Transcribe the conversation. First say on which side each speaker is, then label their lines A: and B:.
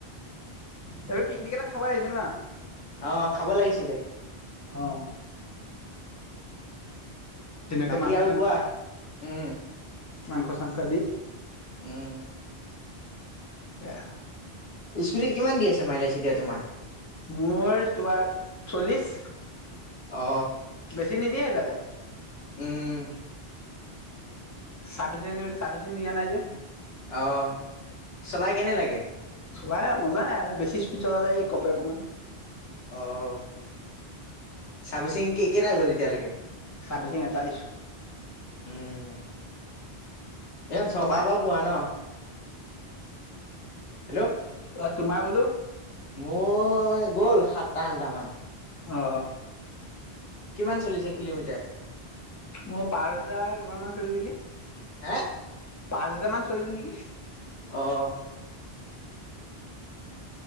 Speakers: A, on the left; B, on the left.
A: এইটো পিকনিক এটা খাব লাগিছিল না
B: অহ খাব লাগিছিলে
A: অ ধুনীয়াকৈ
B: বাকী
A: মাংস
B: আৰু
A: চাং
B: কোৱা উম
A: মাংস চাংস দি
B: উম
A: সেয়া
B: স্কুটিত কিমান দি আছে মাইলেছ এতিয়া তোমাৰ
A: মোৰ তোমাৰ চল্লিশ
B: অ
A: বেছি নিদিয়ে তালে
B: উম
A: চাৰ্ভিচ চাৰ্ভিচিং দিয়া নাই যে
B: অ চলাই কেনে লাগে
A: চলাই মজাই আৰু বেছি স্পীড চলালে এই কপে অকমান
B: অ' শাবশিংকে <unintelligible> কেইটা গল এতিয়ালৈকে
A: পেছি তাৰিছো
B: উম এ চকা
A: তোমাৰ
B: বা পোৱা ন হেল্ল'
A: অ তোমাৰ হেল্ল'
B: মোৰ গ'ল সাতটা আঠটামান
A: অ
B: কিমান চলিছে কিলোমিটাৰ
A: মই পাচ হাজাৰ কিমান মান চলিলেগে <unintelligible>
B: হে
A: পাঁচ হেজাৰ মান চলিল নেকি
B: আহ